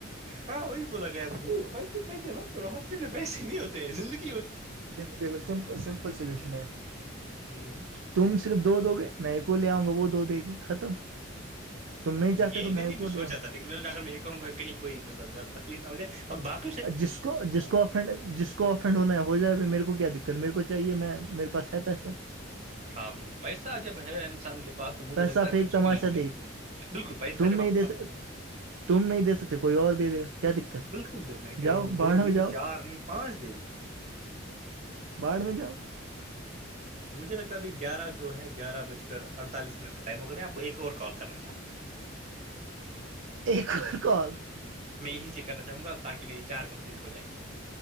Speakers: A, on the right; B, on the right.
A: ہاں وہی بولا گیا مجھے پیسے پیسے مت کرو ہر چیز میں پیسے نہیں ہوتے زندگی ہو
B: دیکھ سمپل سمپل سلوشن ہے
A: ہوتی
B: تم صرف دو دو گے میں کو لے آؤں گا وہ دو دے گی ختم تم نہیں
A: یہ
B: چاہتے تو
A: میں نے بھی
B: کو
A: سوچا
B: لے آؤں
A: تھا لیکن میںا کر میں یہ کہوں گ کہیں کوئی مطلب زیادہ تکلیف نہ ہو جائے اور باقی
B: جس کو جس کو فرینڈ جس کو اس کو آف اڈ ہونا ہو جائےا میرے کو کیا دقت میرے کو چاہیے میں میرےاس ہے پیسہ
A: ہاں بالکل پیسہ جب ہے انسان کے پاس مجھے
B: پیسہ
A: لگتا ہے
B: پھینک
A: کچھ
B: تماشا
A: بھی ممکن
B: دیکھ
A: ہے بالکل پیسہ
B: تم
A: ہے جب
B: نہیں
A: آپ کے
B: دے
A: پاس تو
B: تم نہیں دے سکتے کوئی اور دے دے گا کیا دقت
A: بالکل دیک اپنے
B: ہے
A: کہہ
B: جاؤ
A: رہا ہ
B: باڑھ
A: دو نہیں
B: میں جاؤ
A: چار نہیں پانچ دے گا
B: باہڑھ میں جاؤ
A: مجھے لگتا ابھی گیارہ جو ہے گیارہ بج کر اڑتالس منٹ کا ٹائم ہوگا میں آپ کو ایک اور کال کرنا چاہوں گا
B: ایک ک کال
A: میں یہیں سےیک کرنا چاہوں گ تہ میری چار کمپلیٹ ہو جائیں گی